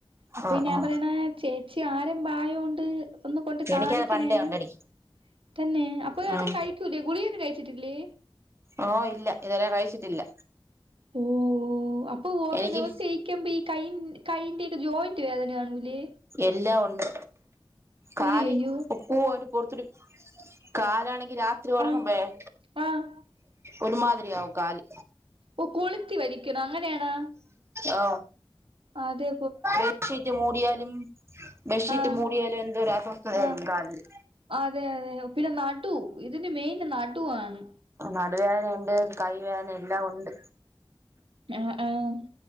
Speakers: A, on the right; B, on the right.
A: അപ്പൊ
B: ഓ
A: ഞാൻ
B: ഓ
A: പറയണെ ചേച്ചി ആരംഭായോണ്ട് ഒന്ന് കൊണ്ട് കാണിക്കണേന്നു
B: എനിക്കത് പണ്ടേ ഉണ്ടടി
A: തന്നെ അപ്പൊ അത്
B: ഉം
A: കഴിക്കൂലേ ഗുളിയൊന്നു കഴിച്ചിട്ടില്ലേ
B: ഓഹ ഇല്ല ഇതുവരെ കഴിച്ചിട്ടില്ല
A: ഓഹ ഓഹ അപ്പൊ ഓരോ
B: എനിക്ക്
A: ദിവസ <unintelligible> ഈ കൈ കൈയിന്റെക്കെ ജോയിന്റ് വേദനാവൂലെ
B: എല്ലാം ഉണ്ട് കാല്
A: അയ്യയ്യോ
B: ഉപൂ അതു പോലതൊരു കാലാണെങ്കി രാത്രി ഉറങ്ങുമ്പേയെ
A: ആഹ് ആഹ്
B: ഒരുമാതിരിയാവും കാല്
A: ഓഹ കൊളുത്തി വലിക്കണൊ അങ്ങനെയാണ്
B: ഓ
A: അതെ
B: ബെഡ്ഷീറ്റ് മൂടിയാലും ബെഡ്ഷീറ്റ്
A: ആഹ്
B: മൂടിയാലും എന്തോ ഒരു അസ്വസ്ഥതയായിരിക്കും
A: ആഹ്
B: കാലിന്
A: അതെ അതെ പിന്നെ നടു ഇതിന്റെ മെയിൻ നടുവാണ്
B: നടുവേദന ഉണ്ട് കൈ വേദനെ എല്ലാം ഉണ്ട്
A: ആഹ ആഹ